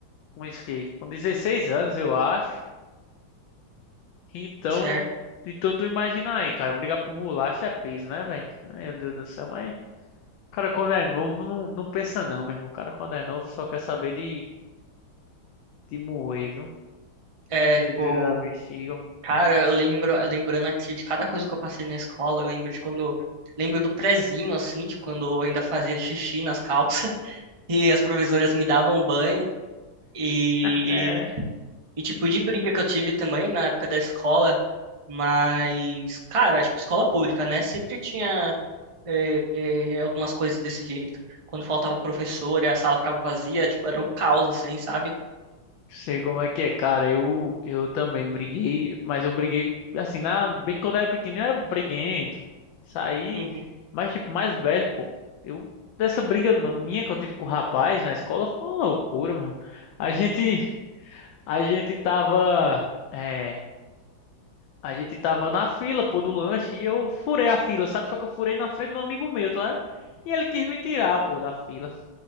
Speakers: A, on the left (about 75°); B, on the right (about 40°).
A: com isso que, com 16 anos, eu acho. Então,
B: Certo.
A: de tudo imaginar aí, cara, brigar por bolacha é peso, né, velho? Ai, Meu Deus do céu, mas o cara quando é novo não, não pensa não, meu irmão. O cara quando é novo só quer saber de, de moer, viu?
B: É,
A: Trezeira
B: tipo,
A: da bexiga.
B: cara, eu lembro, lembrando aqui de cada coisa que eu passei na escola, eu lembro de quando, lembro do prezinho, assim, de quando eu ainda fazia xixi nas calças, <laughs> e as professoras me davam banho, e,
A: É,
B: e tipo, de briga que eu tive também na época da escola, mas, cara, tipo, escola pública, né, sempre tinha é, é, algumas coisas desse jeito. Quando faltava professor e a sala ficava vazia, tipo, era um caos, assim, sabe?
A: Sei como é que é, cara. Eu, eu também briguei, mas eu briguei assim, na, bem quando eu era pequenininho, eu era briguento. Saí,
B: Uhum.
A: mas tipo, mais velho, pô. Eu, dessa briga na- minha que eu tive com o rapaz na escola foi uma loucura, meu. A gente, a gente tava, é, a gente tava na fila, pô, do lanche e eu furei a fila, sabe? Só que eu furei na frente do amigo meu, tá? ligado? E ele quis me tirar, pô, da fila.